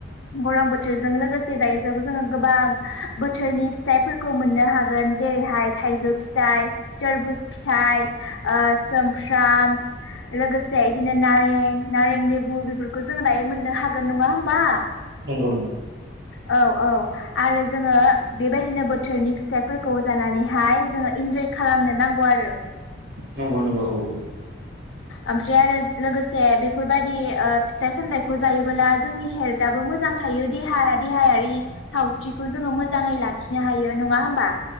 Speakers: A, on the left (about 75°); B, on the right (about 65°).
A: गरम बोथोरजों लोगोसे दायो जो जोङो गोबां बोथोरनि फिथाइफोरखौ मोननो हागोन जेरैहाय थाइजौ फिथाइ तोरबुज फिथाइ ओ सोमफ्राम लोगोसे इदिनो नारें नारें लेबु बेफोरखौ जोङो दायो मोननो हागोन नङा होमबा
B: नंगौ
A: औ औ आरो जोङो बेबायदिनो बोथोरनि फिथाइफोरखौ जानानैहाय जोङो इन्जय खालामनो नांगौ आरो रो
B: नंगौ नंगौ औ औ
A: आमफ्राय आरो लोगोसे बेफोरबादि फिथाइ सामथाइखौ जायोबोला जोंनि हेल्थआबो मोजां थायो देहा देहायारि सावस्रिखौ जोङो मोजाङै लाखिनो हायो नङा होमबा